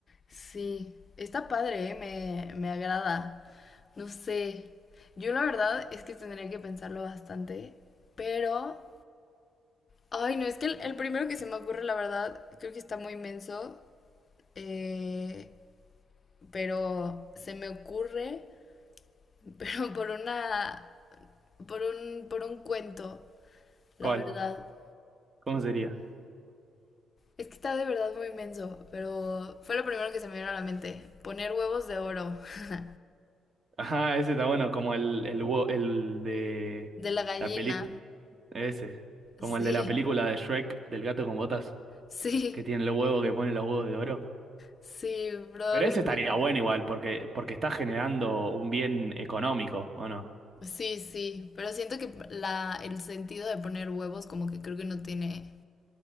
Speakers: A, on the left; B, on the right.
A: Sí, está padre, ¿eh? me, me agrada. No sé. Yo la verdad es que tendría que pensarlo bastante, pero... Ay, no, es que el, el primero que se me ocurre, la verdad, creo que está muy menso, eh, pero se me ocurre, <laughs> pero por una... por un, por un cuento,
B: ¿Cuál?
A: la verdad.
B: ¿Cómo sería?
A: Es que está de verdad muy menso, pero fue lo primero que se me vino a la mente. Poner huevos de oro, <laughs>
B: Ajá, ese está bueno, como el, el, huevo- el de
A: de la gallina.
B: la película, ese, como
A: Sí.
B: el de la película de Shrek del gato con botas,
A: <laughs> Sí,
B: que tiene el huevo que pone los huevos de oro.
A: Sí, probablemente.
B: Pero ese estaría bueno igual, porque, porque está generando un bien económico, ¿o no?
A: Sí, sí, pero siento que la, el sentido de poner huevos como que creo que no tiene...